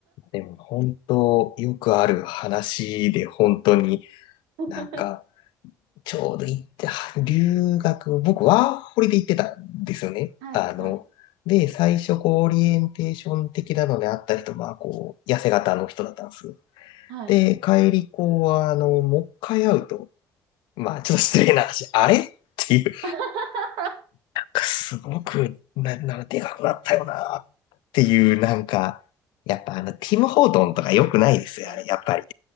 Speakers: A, on the left; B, on the right.
A: でも、本当よくある話で、本当に
B: <laughs>
A: なんか、ちょうど行って、は留学、僕、ワーホリで行ってたんですよね。
B: はい、
A: あの、
B: はい、
A: で、最初、こう、オリエンテーション的なのであった人まあこう、痩せ型の人だったんです。
B: はい。
A: で、帰り、こう、あの、もう一回会うと、まあ、ちょっと失礼な話、あれっていう、
B: <laughs>
A: なんかすごく、な、なんかでかくなったよな、っていう、なんか、やっぱあの、ティム・ホートンとか良くないですよ、
B: はい。
A: あれ、やっぱり。